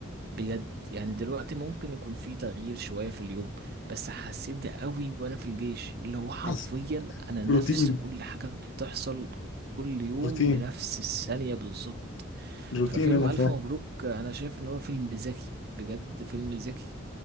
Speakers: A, on the right (about 50°); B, on the left (about 65°).
A: بجد يعني دلوقتي ممكن يكون في تغيير شوية في اليوم بس حسيت ده قوي وانا في الجيش اللي هو حرفيا
B: أصلا
A: انا نفس
B: روتين
A: كل حاجة بتحصل كل يوم
B: روتين
A: بنفس الثانية بالظبط
B: روتين
A: ففيلم
B: انا
A: ألف
B: فاهم
A: مبروك أنا شايف إن هو فيلم ذكي بجد فيلم ذكي